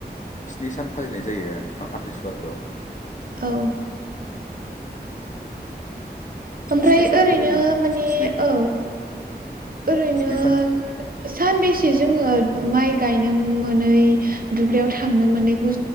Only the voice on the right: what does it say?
औ ओमफ्राय
ओरैनो
माने
औ ओरैनो
सानबेसे जोङो माइ गायनो मोनै दुब्लियाव थांनो मोनैखौ